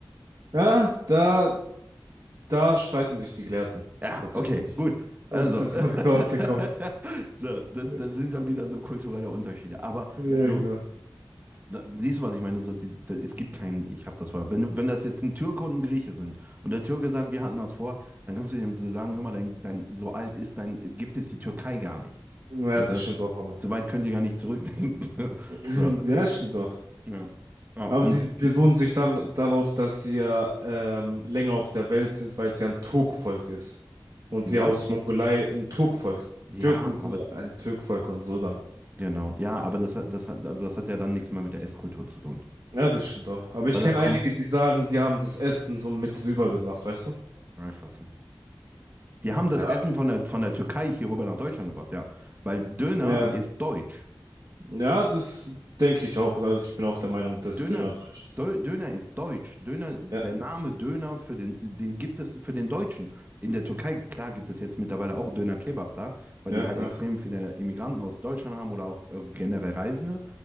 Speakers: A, on the right; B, on the right.
A: ja, da, da streiten sich die Gelehrten
B: Ja,
A: tatsächlich,
B: okay, gut. Also,
A: ob es
B: <laughs>
A: jetzt aus Kroatien kommt.
B: so, das,
A: <laughs>
B: das sind dann wieder so kulturelle Unterschiede. Aber
A: Ja,
B: so,
A: ja, genau.
B: Da- Siehst du, was ich meine? So, die, da, es gibt keinen, ich habe das vorher. Wenn, du- wenn das jetzt ein Türke und ein Grieche sind und der Türke sagt, wir hatten das vor, dann kannst du dem so sagen, hör mal, dein, dein, so alt ist dein, gibt es die Türkei gar nicht.
A: Ja,
B: Weißt
A: das
B: du?
A: stimmt auch, aber.
B: So weit könnt ihr gar nicht zurückdenken. <laughs>
A: <clears throat>
B: So,
A: Ja, das stimmt doch.
B: ja. Ja,
A: Aber
B: und,
A: die beruhen sich dann darauf, dass sie ja ähm, länger auf der Welt sind, weil es ja ein Turkvolk ist. Und
B: und
A: die
B: was?
A: aus Mongolei ein Turkvolk. Die
B: Ja,
A: Türken sind
B: aber
A: ja ein Türkvolk und so dann.
B: genau. Ja, aber das hat, das hat, also das hat ja dann nichts mehr mit der Esskultur zu tun.
A: Ja, das stimmt doch. Aber ich
B: Weil das
A: kenne
B: kommt.
A: einige, die sagen, die haben das Essen so mit rübergebracht, weißt du?
B: Ah, Schwachsinn. Die haben das
A: Ja,
B: Essen von der, von der Türkei hier rüber nach Deutschland gebracht, ja. Weil Döner
A: ja.
B: ist deutsch.
A: Ja, das denke ich auch. Also ich bin auch der Meinung, dass
B: Döner,
A: Döner deutsch ist.
B: Dö- Döner ist deutsch. Döner, der
A: Ja,
B: Name Döner für den, den gibt es für den Deutschen. In der Türkei, klar, gibt es jetzt mittlerweile auch Döner Kebab da, weil
A: ja,
B: die halt
A: ja.
B: extrem viele Immigranten aus Deutschland haben oder auch äh, generell Reisende.